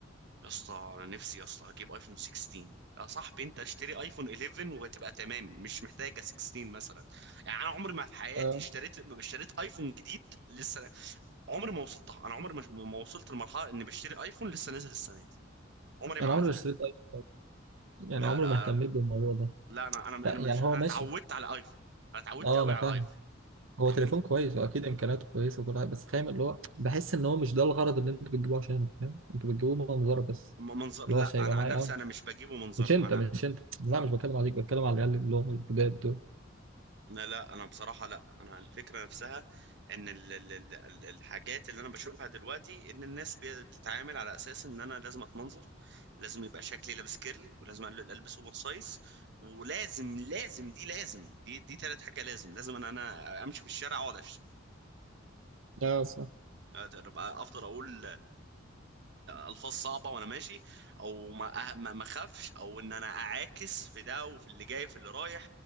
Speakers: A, on the right; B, on the right.
A: يا اسطى انا نفسي يا اسطى اجيب ايفون 16 يا صاحبي انت اشتري ايفون 11 وهتبقى تمام مش محتاجه 16 مثلا يعني انا عمري ما في حياتي
B: اه
A: اشتريت ما اشتريت ايفون جديد لسه عمري ما وصلتها انا عمري ما ما وصلت لمرحله اني بشتري ايفون لسه نازل السنه دي عمري
B: يعني
A: ما عملتها
B: عمري ما اشتريت ايفون. يعني
A: لا
B: عمري
A: لا
B: ما اهتميت بالموضوع ده
A: لا انا انا
B: لا،
A: انا مش
B: يعني هو
A: انا
B: ماشي
A: اتعودت على ايفون انا اتعودت
B: اه
A: قوي
B: انا
A: على
B: فاهم
A: ايفون
B: هو
A: فاهمني
B: تليفون كويس واكيد امكانياته كويسه وكل حاجه بس فاهم اللي هو بحس ان هو مش ده الغرض اللي انتوا بتجيبوه عشانه فاهم انتوا بتجيبوه منظره بس
A: م- منظر
B: اللي
A: لا
B: هو عشان يبقى
A: انا
B: معايا
A: عن نفسي
B: اه
A: انا مش بجيبه منظر
B: مش انت
A: انا
B: مش انت لا مش بتكلم عليك بتكلم على العيال اللي هم الجداد دول
A: لا لا انا بصراحه لا انا الفكره نفسها ان ال ال ال ال- الحاجات اللي انا بشوفها دلوقتي ان الناس بي- بتتعامل على اساس ان انا لازم اتمنظر لازم يبقى شكلي لابس كيرلي ولازم أل- البس اوفر سايز ولازم لازم دي لازم دي دي تالت حاجه لازم لازم انا انا امشي في الشارع اقعد اشتم
B: اه صح
A: أبقى افضل اقول الفاظ صعبه وانا ماشي او ما أه- ما ما اخافش او ان انا اعاكس في ده وفي اللي جاي وفي اللي رايح